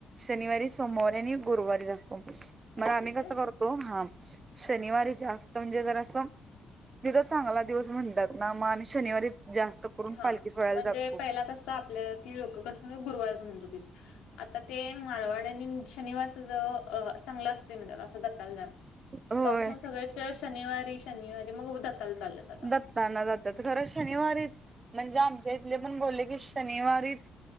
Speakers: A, on the right; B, on the left.
A: शनिवारी सोमवारी आणि गुरुवारी असतो. मग
B: असते
A: आम्ही कसं
B: काय
A: करतो हा शनिवारी जास्त म्हणजे जरा असं मी तर चांगला दिवस म्हणतात ना मग आम्ही शनिवारी जास्त करून
B: हा
A: पालखी सोहळ्याला
B: म्हणजे
A: जातो.
B: पहिला कस आपल्यतली लोक कसं म्हणत होती गुरुवारचं म्हणत होती. आता ते माारवाड्यानी शनिवारच ज चांगलं असते म्हणतेत असं दत्ताल जाण.
A: होय
B: तवा पासून सगळेच शनिवारी शनिवारी मग दत्ताला जात्यात.
A: दत्ताना जातात. खरं शनिवारीच म्हणजे आमच्या इथले पण बोलले की शनिवारीच